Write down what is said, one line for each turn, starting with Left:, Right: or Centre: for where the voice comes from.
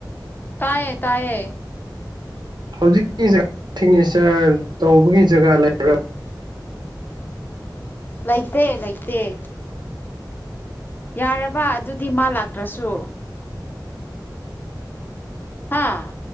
Left: ꯇꯥꯏꯌꯦ ꯇꯥꯏꯌꯦ
Right: ꯍꯧꯖꯤꯛꯀꯤꯖ ꯁꯤꯒꯅꯦꯆꯔ ꯇꯧꯕꯒꯤ ꯖꯒꯥ ꯂꯩꯕ꯭ꯔꯕ
Left: ꯂꯩꯇ‌ꯦ ꯂꯩꯩꯇ‌ꯦ ꯌꯥꯔꯕ ꯑꯗꯨꯗꯤ ꯃꯥ ꯂꯥꯛꯇ꯭ꯔꯁꯨ ꯍꯥꯥ